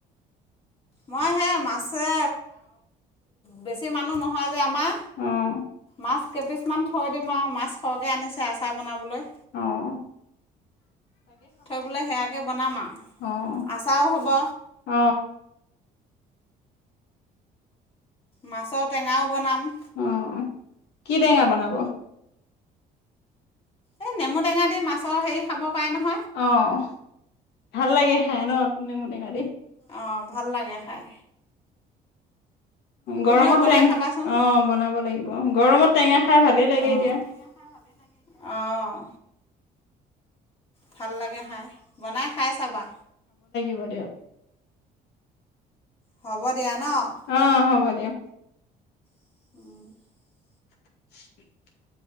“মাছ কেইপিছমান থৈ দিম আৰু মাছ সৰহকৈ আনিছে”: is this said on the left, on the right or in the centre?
Left